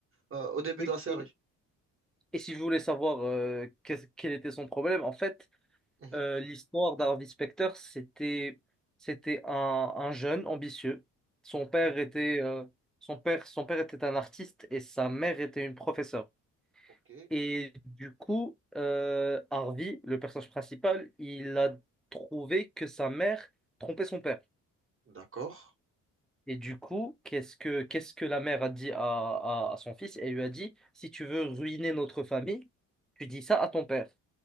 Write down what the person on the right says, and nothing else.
euh, au début
de la série.
Mhm.
Ok.
D'accord.